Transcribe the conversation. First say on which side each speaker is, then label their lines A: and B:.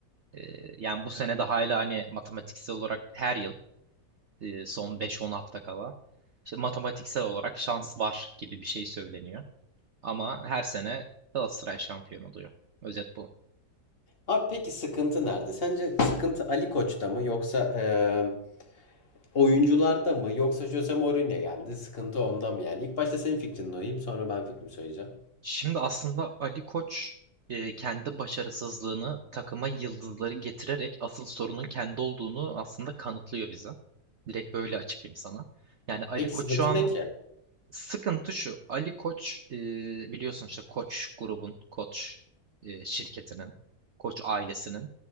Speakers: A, on the right (about 55°); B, on the left (about 35°).
A: Ee, yani bu sene de hala hani matematiksel olarak her yıl e, son beş on hafta kala işte matematiksel olarak şans var gibi bir şey söyleniyor. Ama her sene Galatasaray şampiyon oluyor. Özet bu.
B: Abi peki sıkıntı nerede? Sence sıkıntı Ali Koç'ta mı yoksa eee, oyuncularda mı yoksa Jose Mourinho geldi? Sıkıntı onda mı yani? İlk başta senin fikrini duyayım sonra ben fikrimi söyleyeceğim.
A: Şimdi aslında Ali Koç e, kendi başarısızlığını takıma yıldızları getirerek asıl sorunun kendi olduğunu aslında kanıtlıyor bize. Direkt böyle açıklayayım sana. Yani Ali
B: Peki
A: Koç
B: sıkıntı
A: şu an
B: ne ki?
A: sıkıntı şu. Ali Koç e, biliyorsun işte Koç grubun, Koç e, şirketinin, Koç ailesinin